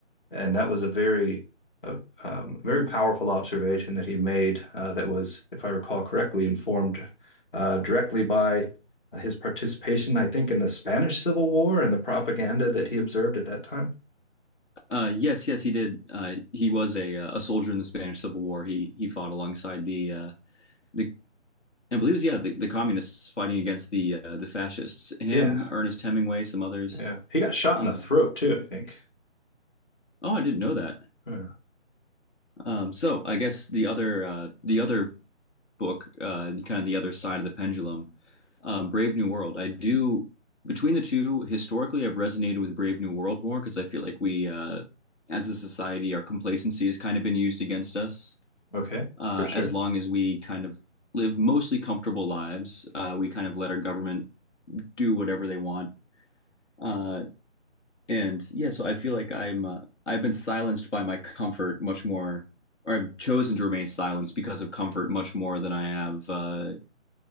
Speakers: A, on the left (about 45°); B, on the left (about 70°).
A: And that was a very a um, very powerful observation that he made uh, that was, if I recall correctly, informed uh, directly by uh, his participation, I think, in the Spanish Civil War and the propaganda that he observed at that time.
B: uh, yes, yes, he did. Uh, he was a uh, a soldier in the Spanish Civil War. He he fought alongside the uh, the I believe it was, yeah the, the communists fighting against the uh, the fascists. Him,
A: Yeah,
B: Ernest Hemingway, some others.
A: Yeah. He got shot
B: Uh,
A: in the throat too, I think.
B: Oh, I didn't know that.
A: Yeah.
B: Um, so I guess the other uh, the other book, uh, kind of the other side of the pendulum, um, Brave New World. I do between the two, historically, I've resonated with Brave New World more because I feel like we, uh, as a society, our complacency has kind of been used against us.
A: Okay,
B: Uh,
A: for sure.
B: as long as we kind of live mostly comfortable lives, uh, we kind of let our government do whatever they want. Uh, And yeah, so I feel like I'm uh, I've been silenced by my comfort much more, or I've chosen to remain silenced because of comfort much more than I have, uh,